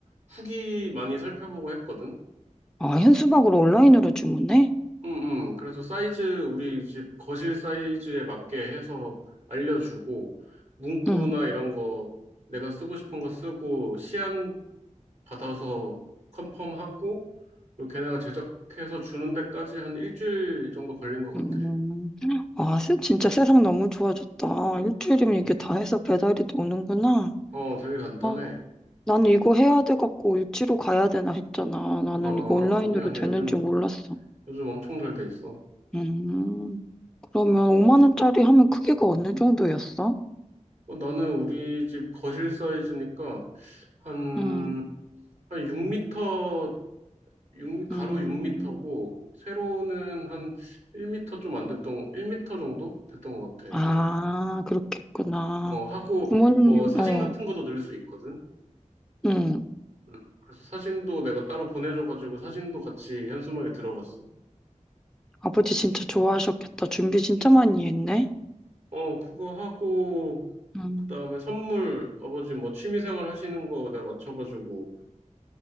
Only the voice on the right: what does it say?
후기 많이 살펴보고 했거든.
응, 응. 그래서 사이즈, 우리 집 거실 사이즈에 맞게 해서 알려주고 문구나
이런 거 내가 쓰고 싶은 거 쓰고 시안 받아서 컨펌하고 그리고 걔네가 제작해서 주는 데까지 한 일주일 정도 걸린 것 같아.
응.
어, 되게 간단해.
아,
아니야, 아니야. 요즘,
요즘 엄청 잘 돼 있어.
어, 나는 우리 집 거실 사이즈니까 한,
한 6미터, 6, 가로
6미터고, 세로는 한 1미터 좀 안 됐던, 1미터 정도 됐던 것 같아.
어, 하고,
뭐, 사진
같은 것도 넣을 수 있거든.
음, 그래서 사진도 내가 따로 보내줘가지고 사진도 같이 현수막에 들어갔어.
어, 그거 하고,
그 다음에 선물, 아버지 뭐 취미생활 하시는 거 내가 맞춰가지고